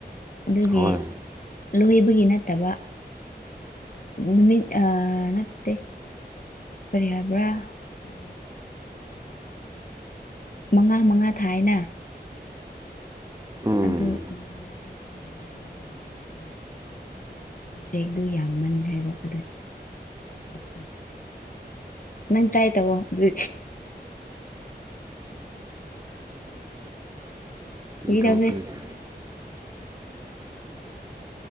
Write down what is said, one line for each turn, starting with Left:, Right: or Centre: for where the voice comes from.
Left: ꯑꯗꯨꯒꯤ
Right: ꯍꯣꯏ
Left: ꯂꯣꯏꯍꯕꯒꯤ ꯅꯠꯇꯕ ꯅꯨꯃꯤ ꯑ ꯅꯠꯇꯦ ꯀꯔꯤ ꯍꯥꯏꯕ꯭ꯔꯥ ꯎ ꯃꯉꯥ ꯃꯉꯥ ꯊꯥꯏꯅ
Right: ꯎꯝ
Left: ꯑꯗꯨ ꯃꯉꯥꯗ ꯁꯨꯕꯗꯕ ꯑꯣꯏꯕ ꯍꯧꯖꯤꯛꯅꯦ ꯍꯥꯏꯗꯤ ꯔꯤꯖꯦꯛꯇꯨ ꯌꯥꯝꯃꯟꯈ꯭ꯔꯦꯕ ꯑꯗꯨꯒꯤ ꯇꯅꯤꯅ ꯅꯪ ꯇ꯭ꯔꯥꯏ ꯇꯕꯣ ꯏ ꯐꯥꯒꯤ ꯇꯧꯕꯅꯦ
Right: ꯇꯣꯛꯄꯤꯗ